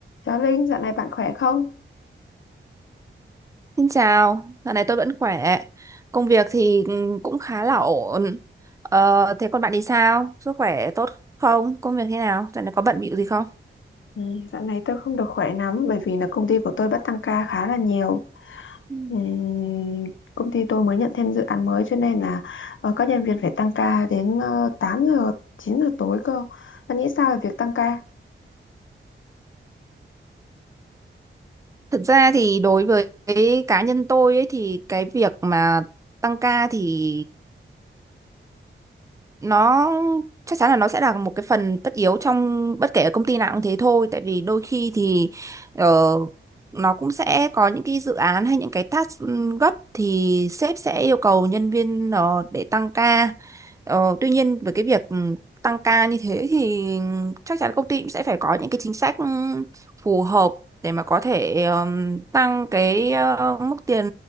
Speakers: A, on the left (about 75°); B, on the right (about 15°).
A: Chào Linh, dạo này bạn khỏe không?
B: Xin chào, dạo này tôi vẫn khỏe. Công việc thì ừ, cũng khá là ổn. Ờ, thế còn bạn thì sao? Sức khỏe tốt không? Công việc thế nào? Dạo này có bận bịu gì không?
A: Ừ, dạo này tôi không được khỏe lắm bởi vì là công ty của tôi bắt tăng ca khá là nhiều.
B: Ừ.
A: Ừm, công ty tôi mới nhận thêm dự án mới cho nên là ờ, các nhân viên phải tăng ca đến uh, 8 giờ, 9 giờ tối cơ. Bạn nghĩ sao về việc tăng ca?
B: Thực ra thì đối với cái cá nhân tôi ấy thì cái việc mà tăng ca thì nó chắc chắn là nó sẽ là một cái phần tất yếu trong bất kể ở công ty nào cũng thế thôi tại vì đôi khi thì ờ, nó cũng sẽ có những cái dự án hay những cái task ừm, gấp thì sếp sẽ yêu cầu nhân viên ờ, để tăng ca Ờ, tuy nhiên với cái việc ừm, tăng ca như thế thì chắc chắn công ty cũng sẽ phải có những cái chính sách ừm, phù hợp để mà có thể ờm, tăng cái ờ, mức tiền